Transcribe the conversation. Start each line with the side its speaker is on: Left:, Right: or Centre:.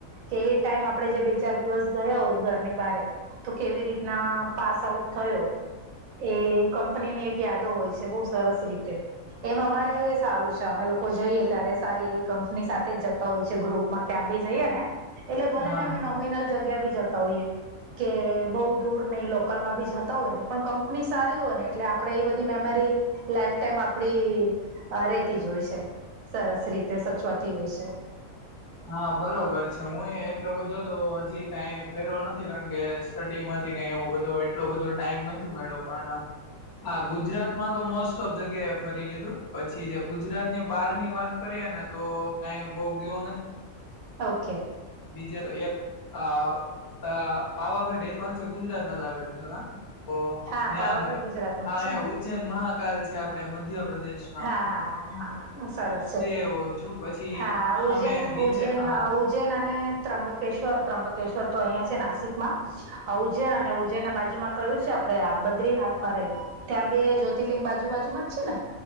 Right: કે એ ટાઈમ આપડે જે બે ચાર દિવસ ગયા હોય ઘરની બારે. તો કેવી રીતના પાસ આઉટ થયો. એ કંપનીની એક યાદો હોય છે, બહુ સરસ રીતે. એમ અમારે સારું છે, અમે લોકો જઈએ ત્યારે સારી એવી કંપની સાથે જ જતા હોય છે, ગ્રુપ. માં ક્યાં બી જઈએ ને. એટલે ભલે
Left: હા
Right: ને અમે
Left: હા
Right: નોમિનલ જગ્યા બી જતા હોઈએ, કે બહુ દૂર નઈ, લોકલમાં બી જ. તો ને પણ કંપની સારી હોય ને એટલે આપણેે એ બધી મેમરી લાઈફ ટાઈમ આપડી અ રેતી જ હોય છે, સરસ રીતે સચવાતી હોય છે.
Left: હા બરોબર છે. હું એ એટલો બધો તો હજી કઈ ફેરયો નથી કારણ કે સ્ટડી માંથી કઈ એવો બધો હોય એટલો બધો ટાઈમ નથી મયડો પણ હા ગુજરાત ગુજરાતમાં તો મોસ્ટ ઓફ જગ્યાએ ફરી લીધું પછી જે ગુજરાત ની બહાર ની વાત કરીએ ને તો કઈ બો ગીયો નથી.
Right: ઓકે.
Left: બીજે રો એક આ અ પાવાગઢ એ તો હચે ગુજરાત માં જ આવેલું છે કા. તો
Right: હા
Left: ન્યા
Right: પાવાગઢ
Left: નહ
Right: ગુજરાતમાં
Left: હા
Right: જ છે ને
Left: ઉજ્જૈન, મહાકાલ છે આપડે મધ્યપ્રદેશ.
Right: હા હા સરસ છે.
Left: આવ્યો છું પછી
Right: હા
Left: હામે
Right: ઉજ્જૈન
Left: નીચે
Right: ઉજ્જૈન
Left: હા
Right: અ ઉ ઉજ્જૈન અને ત્ર્યબકેશ્વર, ત્ર્યંબકેશ્વર તો અહિયાં છે નાસિકમાં. હા ઉજ્જૈન અને ઉજજૈન ના બાજુમાં કયું છે. આ આપડે આ બદ્રીનાથ મારે ત્યાં બે જ્યોતિર્લિંગ બાજુ બાજુમાં જ છે ને.